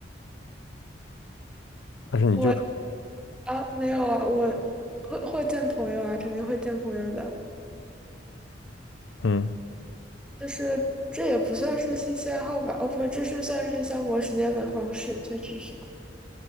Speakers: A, on the left; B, in the centre.
A: 但是你就，
B: 我啊，没有啊，我会会见朋友啊，肯定会见朋友的。
A: 嗯
B: 就是这也不算是兴趣爱好吧？哦，不，这是算是消磨时间的方式，确实是